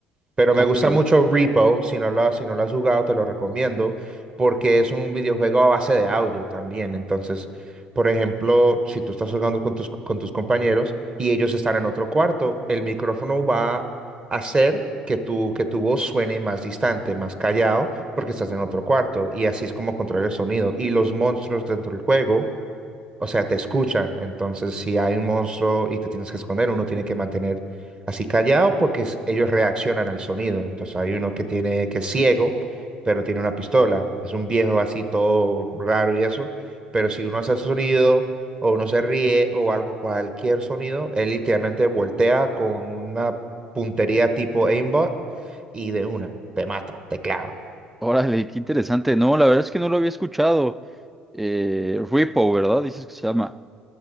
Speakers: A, on the right (about 25°); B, in the centre.
A: Pero me
B: ok.
A: gusta mucho Repo, si no lo, has- si no lo has jugado, te lo recomiendo, porque es un videojuego a base de audio también. Entonces, por ejemplo, si tú estás jugando con tus, con tus compañeros y ellos están en otro cuarto, el micrófono va a hacer que tu, que tu voz suene más distante, más callado, porque estás en otro cuarto. Y así es como controlar el sonido. Y los monstruos dentro del juego o sea, te escuchan. Entonces, si hay un monstruo y te tienes que esconder, uno tiene que mantener así callado porque es- ellos reaccionan al sonido. Entonces, hay uno que tiene que es ciego, pero tiene una pistola. Es un viejo así todo raro y eso. Pero si uno hace sonido o uno se ríe o algo, cualquier sonido, él literalmente voltea con una puntería tipo aimbot y de una te mata, te clava.
B: Órale, qué interesante. No, la verdad es que no lo había escuchado. Eh, Repo, ¿verdad? Dices que se llama.